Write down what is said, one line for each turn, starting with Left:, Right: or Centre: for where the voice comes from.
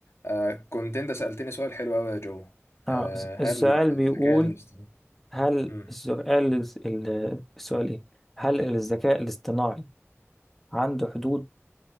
Left: آه كنت انت سألتني سؤال حلو قوي يا جو
Centre: آه،
Left: آه هل
Centre: السؤال بيقول
Left: الذكاء الاصطناعي
Centre: هل
Left: مم،
Centre: السؤال ال- السؤال ايه هل الذكاء الاصطناعي عنده حدود